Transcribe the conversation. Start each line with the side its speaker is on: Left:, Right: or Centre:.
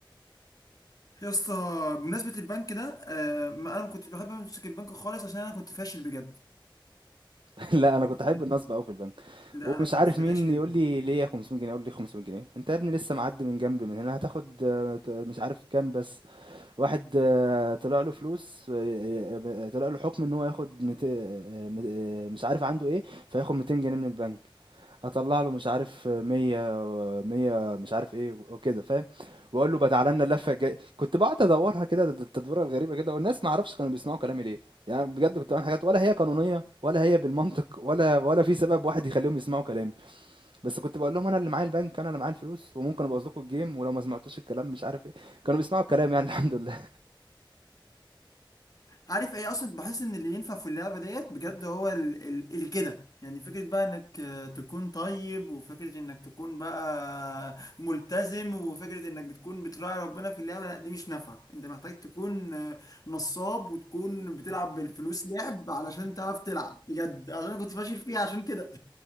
Left: يا اسطى بمناسبه البنك ده آه ما انا ما كنتش بحب امسك البنك خالص عشان انا كنت فاشل بجد
Right: <laughs> لأ أنا كنت
Left: يعني
Right: أحب النصب أوي في البنك،
Left: لا
Right: ومش
Left: انا كنت
Right: عارف
Left: فاشل
Right: مين يقول لي ليه 500 جنيه، أقول ليه 500 جنيه؟ أنت يا ابني لسه معدي من جنبي من هنا هتاخد آه، ت- مش عارف كام بس. واحد آه، طلع له فلوس آه، آه، طلع له حكم ان هو ياخد مت... آه، مت- آه، مش عارف عنده ايه فياخد 200 جنيه من البنك هطلع له مش عارف آه، 100 و 100 مش عارف ايه وكده فاهم واقول له بقى تعالى لنا اللفه الجايه كنت بقعد ادورها كده التدويره الغريبه كده والناس ما اعرفش كانوا بيسمعوا كلامي ليه يعني بجد كنت بعمل حاجات ولا هي قانونيه ولا هي بالمنطق ولا ولا في سبب واحد يخليهم يسمعوا كلامي بس كنت بقول لهم انا اللي معايا البنك انا اللي معايا الفلوس وممكن ابوظ لكم الجيم ولو ما سمعتوش الكلام مش عارف ايه كانوا بيسمعوا الكلام يعني <laughs> الحمد لله
Left: عارف ايه اصلا بحس ان اللي ينفع في اللعبه ديت بجد هو ال- ال- اللي كده يعني فكره بقى انك آه، تكون طيب وفكره انك تكون بقى ملتزم وفكره انك بتكون بتراعي ربنا في اللعبه لا دي مش نافعه انت محتاج تكون آه، نصاب وتكون بتلعب بالفلوس لعب علشان تعرف تلعب بجد عشان انا كنت فاشل فيها عشان كده